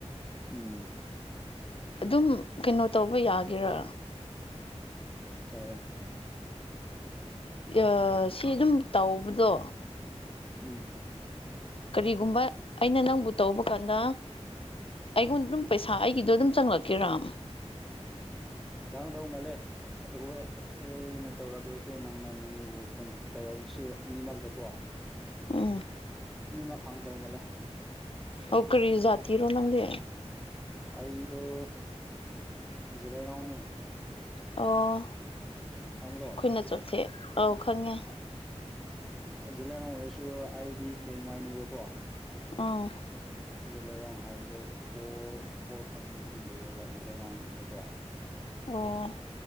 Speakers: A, in the centre; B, on the left.
A: ꯎꯝ
B: ꯑꯗꯨꯝ ꯀꯩꯅꯣ ꯇꯧꯕ ꯌꯥꯒꯦꯔꯥ
A: ꯀꯔꯦ
B: ꯑ ꯑ ꯁꯤ ꯑꯗꯨꯝ ꯇꯧꯕꯗꯣ
A: ꯎꯝ
B: ꯀꯔꯤꯒꯨꯝꯕ ꯑꯩꯅ ꯅꯪꯕꯨ ꯇꯧꯕ ꯀꯥꯟꯗ ꯑꯩꯉꯣꯟꯗ ꯑꯗꯨꯝ ꯄꯩꯁꯥ ꯑꯩꯒꯤꯗꯣ ꯑꯗꯨꯝ ꯆꯪꯂꯛꯀꯦꯔꯥ
A: ꯆꯥꯡꯉꯗꯧ ꯃꯥꯜꯂꯦ ꯑꯩꯈꯣꯏ ꯑꯩꯅ ꯇꯧꯔꯛꯂꯁꯨ ꯅꯪꯅ ꯃꯤꯕꯨ ꯐꯣꯟ ꯇꯧꯔꯕꯁꯨ ꯑꯅꯤꯃꯛꯇꯀꯣ
B: ꯎꯝ
A: ꯑꯅꯤꯃꯛ ꯐꯪꯗꯧ ꯃꯜꯂꯦ
B: ꯑꯣ ꯀꯔꯤ ꯖꯥꯇꯤꯔꯣ ꯅꯪꯗꯤ
A: ꯑꯩꯗ‌ꯣ ꯖꯤꯂ‌ꯦꯔ‌ꯣꯡꯅ‌ꯦ
B: ꯑꯣ
A: ꯈꯪꯕ‌ꯔꯣ
B: ꯑꯩꯈꯣꯏꯅ ꯆꯣꯊꯦ ꯑꯧ ꯈꯪꯉꯦ
A: ꯖꯤꯜꯂꯥꯏꯔ‌ꯣꯡ ꯑꯣꯏꯔꯁꯨ ꯑꯩꯗꯤ ꯂꯦꯡꯃꯥꯏꯅꯦꯕꯀꯣ
B: ꯑꯥ
A: ꯖꯤꯂꯥꯔ‌ꯣꯡ ꯍꯥꯏꯕꯗꯣ ꯐꯣꯔ ꯐꯣꯔ ꯀꯝꯃꯨꯅꯤꯇꯤ ꯂꯩꯌꯦꯕ ꯖꯤꯂ꯭ꯌꯥꯔ‌ꯣꯡꯗꯀꯣ
B: ꯑꯣ